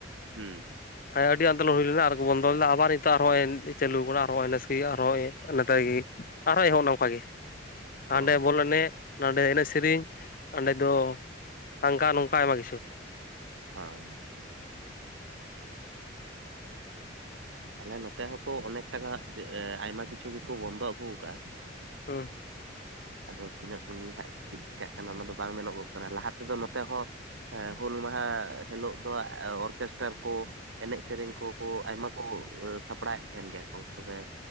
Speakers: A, on the right (about 85°); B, on the left (about 45°).
A: ᱦᱩᱸ
B: ᱦᱮᱸ ᱟᱹᱰᱤ ᱟᱱᱫᱳᱞᱚᱱ ᱦᱩᱭ ᱞᱮᱱᱟ ᱟᱨ ᱠᱚ ᱵᱚᱱᱫᱚ ᱞᱮᱫᱟ ᱟᱵᱟᱨ ᱱᱤᱛᱚᱜ ᱟᱨ ᱟᱨ ᱦᱚᱸ ᱪᱟᱞᱩᱣᱟ ᱠᱟᱱᱟ ᱟᱨ ᱦᱚᱸ ᱵᱮᱥᱜᱮᱢ ᱦᱩᱭᱩᱜ-ᱟ ᱟᱨᱦᱚᱸ <unintelligible> ᱟᱨᱦᱚᱸ ᱮᱦᱚᱵᱱᱟ ᱚᱝᱠᱟ ᱜᱮ
A: ᱚ
B: ᱦᱟᱸᱰᱮ ᱵᱚᱞ ᱮᱱᱮᱡ ᱱᱟᱰᱮ ᱮᱱᱮᱡ ᱥᱮᱨᱮᱧ ᱚᱸᱰᱮ ᱫᱚ ᱦᱟᱝᱠᱟ ᱱᱚᱝᱠᱟ ᱟᱭᱢᱟ ᱠᱤᱪᱷᱩ
A: <unintelligible> ᱟᱞᱮ ᱱᱚᱛᱮ ᱦᱚᱸᱠᱚ ᱚᱱᱮᱠ ᱴᱟᱠᱟ ᱟᱭᱢᱟ ᱠᱤᱪᱷᱩ ᱜᱮᱠᱚ ᱵᱚᱱᱫᱚ ᱟᱹᱜᱩᱣ ᱠᱟᱜᱼᱟ
B: ᱦᱩᱸ
A: ᱟᱫᱚ ᱛᱤᱱᱟᱹᱜ ᱥᱟᱺᱜᱤᱧ ᱦᱟᱸᱜ ᱪᱮᱫ ᱪᱮᱠᱟᱜ ᱠᱟᱱᱟ ᱚᱱᱟ ᱫᱚ ᱵᱟᱝ ᱢᱮᱱᱚᱜᱚᱜ ᱠᱟᱱᱟ ᱞᱟᱦᱟ ᱛᱮᱫᱚ ᱱᱚᱛᱮ ᱦᱚᱸ ᱦᱮᱸ ᱦᱩᱞ ᱢᱟᱦᱟ ᱦᱤᱞᱳᱜ ᱫᱚ ᱚᱨᱠᱮᱥᱴᱟᱨ ᱠᱚ ᱮᱱᱮᱡ ᱥᱮᱨᱮᱧ ᱠᱚᱠᱚ ᱟᱭᱢᱟ ᱠᱚ ᱥᱟᱯᱲᱟᱣᱮᱫ ᱛᱟᱸᱦᱮᱱ ᱜᱮᱭᱟ ᱠᱚ ᱛᱚᱵᱮ